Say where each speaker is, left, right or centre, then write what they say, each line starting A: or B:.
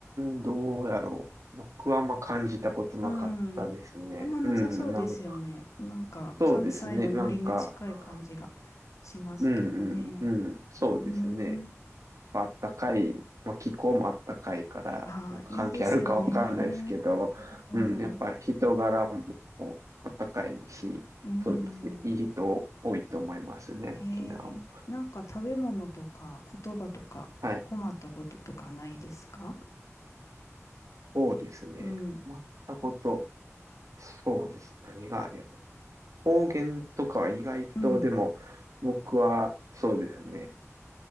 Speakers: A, on the right; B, on the left.
A: ん、どうやろう。僕はあんま感じたことなかったですね。
B: うん。あんまなさそうですよね。
A: うん、なん
B: なんか、
A: そうですね。
B: 関西のノリに近い感じがしますけどね。
A: なんか、うんうんうん、そうですね。
B: うん。
A: まあったかい、まあ、気候もあったかいから、
B: ああ、
A: 関係あるかわかんないですけど、
B: いいですよね。うん。
A: うん、やっぱ人柄もあったかいし、
B: うん。
A: そうですね。いい人多いと思いますね、
B: え
A: 沖縄も。
B: ー、なんか食べ物とか言葉とか困ったこととかないですか
A: はい。そうですね。
B: うん。
A: 困ったこと、そうです。何があれば。方言とかは意外と、
B: うん。
A: でも、僕は、そうですね。